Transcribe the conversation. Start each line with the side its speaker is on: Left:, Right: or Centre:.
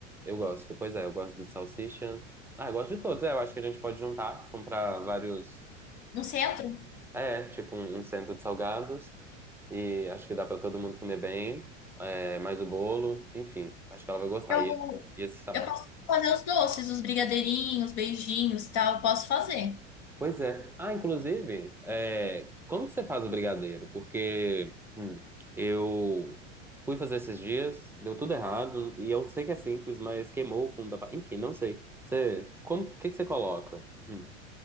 Centre: Eu gosto, pois é, eu gosto do salsicha. Ah, eu gosto de todos. É, eu acho que a gente pode juntar, comprar vários.
Left: No centro,
Centre: É, tipo um, um cento de salgados. E acho que dá pra todo mundo comer bem. É, mais o bolo, enfim, acho que ela vai gostar.
Left: Eu,
Centre: E, e esse sapato.
Left: eu posso fazer os doces, os brigadeirinhos, beijinhos e tal. Eu posso fazer.
Centre: Pois é. Ah, inclusive, é, como que você faz o brigadeiro? Porque hum, eu fui fazer esses dias, deu tudo errado. E eu sei que é simples, mas queimou o fundo da. pa- Enfim, não sei. Você, como, o que que você coloca? Hum,